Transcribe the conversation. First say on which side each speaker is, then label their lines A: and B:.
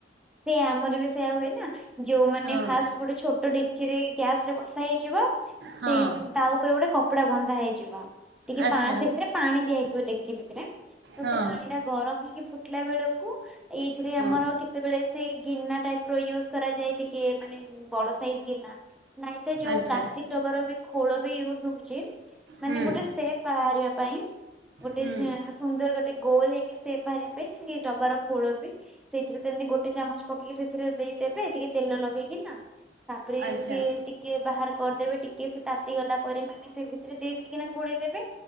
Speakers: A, in the centre; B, on the right.
A: ସେଇ ଆମର ବି ସେଇୟା ହୁଏ ନା ଯୋଉମାନେ
B: ହଁ
A: ଫାଷ୍ଟ ଗୋଟେ ଛୋଟ ଡେକି ଚିରେ ଗ୍ୟାସ ରେ ବସା ହେଇଯିବ ସେଇ
B: ହଁ
A: ତା ଉପରେ ଗୋଟେ କ କପଡା ବନ୍ଧା ହେଇଯିବ ଟିକେ
B: ଆଚ୍ଛା
A: ପାସ ଭିତରେପାଣି ଦିଆ ହେଇଥିବ ଡେକ୍ଚି ଭିତରେ ତ
B: ହଁ
A: ସେ ପାଣି ଟା ଗରମ ହେଇକି ଫୁଟିଲା ବେଳକୁ ଏଇଥିରେ
B: ହଁ
A: ଆମର କେ ସେତେବେଳେ ସେ ଗିନା ଟାଇପ ର ୟୁଜ କରାଯାଏ ଟିକେ ମାନେ ବଡ ସାଇଜ ଗିନା ନାଇଁ ତ ଯୋଉ
B: ଆଚ୍ଛା
A: ପ୍ଲାଷ୍ଟିକ ଡବାର ବି ଖୋଳ ବି ୟୁଜ ହଉଛି ମାନେ
B: ହୁଁ
A: ଗୋଟେ ସେପ୍ ବାହାରିବା ପାଇଁ ଗୋଟେ
B: ହୁଁ
A: ସୁନ୍ଦର ଗୋଟେ ଗୋଲ ହେଇକି ସେପ୍ ବାହାରିବା ପାଇଁ ସେ ଡବାାର ଖୋଳ ବି ସେଇଥିରେ ସେମିତି ଗୋଟେ ଚାମଚ ପକେଇକି ସେଥିରେ ଦେଇଦେବେ ଟିକେ ତେଲ ଲଗେଇକି ନା ତାପରେ
B: ଆଚ୍ଛା
A: ସିଏ ଟିକେ ବାହାର କରିଦେବେ ଟିକ୍ ଟିକେ ସେ ତାତିଗଲା ପରେ ମାନେ ସେ ଭିତରେ ଦେଇ ଦେଇକିନା ଘୋଡ଼େଇ ଦେବେ